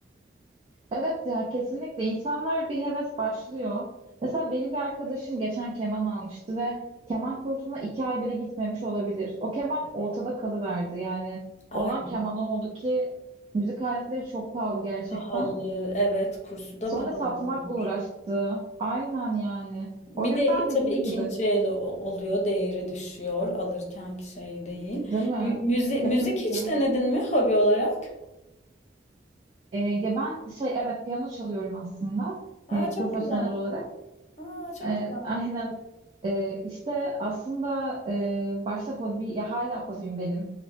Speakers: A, on the right (about 30°); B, on the left (about 40°).
A: Evet ya kesinlikle insanlar bir heves başlıyor. Mesela benim bir arkadaşım geçen keman almıştı ve keman kursuna iki ay bile gitmemiş olabilir. O keman ortada kalıverdi yani.
B: Ay,
A: Olan keman o oldu ki müzik aletleri çok pahalı gerçekten.
B: pahalı. Evet, kursu da
A: Sonra
B: pahalıdır.
A: satmakla uğraştı. Aynen yani.
B: Bir
A: O yüzden
B: de tabii
A: dediğim
B: ikinci
A: gibi.
B: el o- oluyor, değeri düşüyor alırkenki şey değil.
A: Değil mi?
B: Mü- müzi-
A: Kesinlikle.
B: müzik hiç denedin mi hobi olarak?
A: Ee, ya ben şey evet piyano çalıyorum aslında
B: Aa
A: e,
B: çok
A: profesyonel
B: güzel.
A: olarak.
B: Aa çok
A: E,
B: güzel.
A: aynen E, işte aslında e, başta hobi ya hala hobim benim.